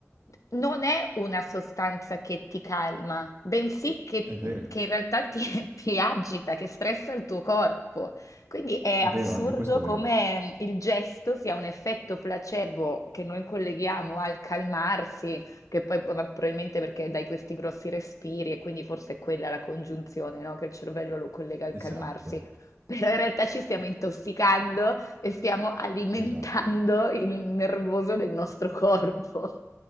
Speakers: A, on the left; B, on the right.
A: non è una sostanza che ti calma, bensì che,
B: è vero.
A: che in realtà ti, <laughs> ti agita, che stressa il tuo corpo. Quindi è
B: È
A: assurdo
B: vero, anche questo è
A: come
B: vero.
A: il gesto sia un effetto placebo che noi colleghiamo al calmarsi, che poi ma probabilmente perché dai questi grossi respiri e quindi forse è quella la congiunzione, no? Che il cervello lo collega al
B: Esatto,
A: calmarsi però in realtà ci stiamo intossicando e stiamo alimentando
B: esatto.
A: il nervoso del nostro corpo.